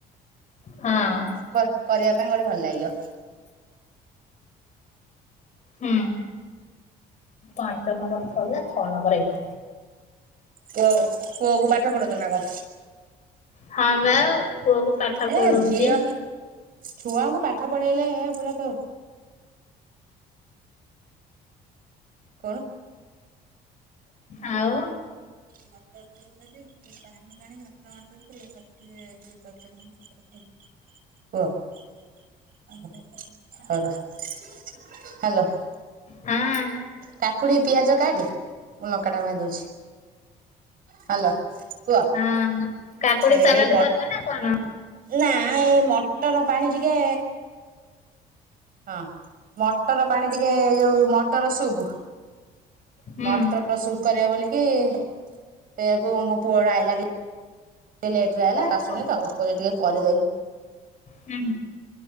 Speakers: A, on the left; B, on the right.
A: ହଁ
B: କରି ତାଙ୍କୁ ଗୋଟେ ଭଲ ଲାଗିବ।
A: ହୁଁ ପାଞ୍ଚ ନମ୍ବର ଶରିଲା ଛଅ ନମ୍ବର ଏଇ।
B: ପୁଅ ପୁଅକୁ ପାଠ ପଢଉଛନା କଁ?
A: ହଁ ବା ପୁଅକୁ ପାଠ
B: ଏ
A: ପଢଉଛି।
B: ଝିଅ ଛୁଆଙ୍କୁ ପାଠ ପଢେଇଲେ ଏ ପୁରାତ କଣ।
A: ଆଉ।
B: <unintelligible> କୁହ ହଉର ହ୍ୟାଲୋ
A: ହଁ
B: କାକୁଡି ପିଆଜ କାଟେ ମୁଁ ଲଙ୍କା ଟା ଭାଜି ଦଉଛି, ହାଲୋ। କୁହ
A: ହଁ କାକୁଡି
B: ଏଇ
A: ସାଲାଟ
B: ମ
A: କରିବେ ନା କଣ?
B: ନା ଏଇ ମଟର ପାଣି ଟିକେ ହଁ ମଟର ପାଣି ଟିକେ ଯୋଉ ମଟର ସୁପ୍।
A: ହୁଁ
B: ମଟର ସୁପ କରିବ ବୋଲିକି ସେୟାକୁ ମୋ ପୁଅ ର ଆଇଲା ଟିକେ ଲେଟରେ ଆଇଲା
A: ହଁ
B: ଆସୁନି
A: ହଁ
B: ତ କହୁଚି ଟିକେ କରିଦେନି।
A: ହୁଁ।